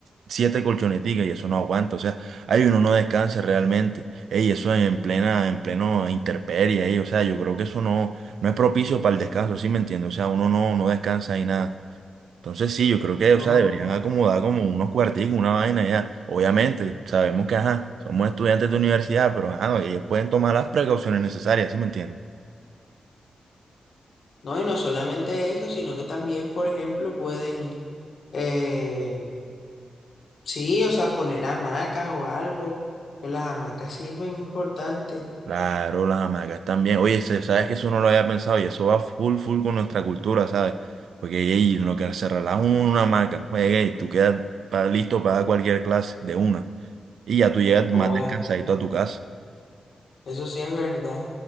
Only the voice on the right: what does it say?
7 colchoneticas y eso no aguanta. O sea, ahí uno no descansa realmente. Ey, eso en plena, en pleno intemperie, ey, o sea, yo creo que eso no, no es propicio para el descanso, ¿sí me entiendes? O sea, uno no, no descansa y nada. Entonces sí, yo creo que, o
sea,
deberían acomodar como unos cuarticos, una vaina ya. Obviamente, sabemos que, ajá, somos estudiantes de universidad, pero ajá, ellos pueden tomar las precauciones necesarias, ¿sí me entiendes?
Claro, las hamacas también. Oye, se- sabes que eso no lo había pensado y eso va full, full con nuestra cultura, ¿sabes? Porque ey, en lo que se relaja uno en una hamaca, juegue, ey, tú quedas pa- listo para cualquier clase de una. Y ya tú llegas
más descansadito
a tu casa.